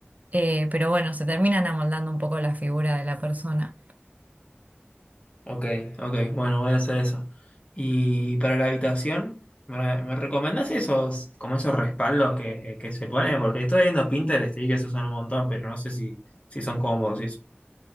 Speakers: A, on the right; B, on the left.
A: eh, pero bueno, se terminan amoldando un poco la figura de la persona.
B: Ok, ok, bueno, voy a hacer eso. Y para la habitación, ¿me, re- me recomendás esos, como esos respaldos que, que se ponen? Porque estoy viendo Pinterest y vi que se usan un montón, pero no sé si, si son cómodos y eso.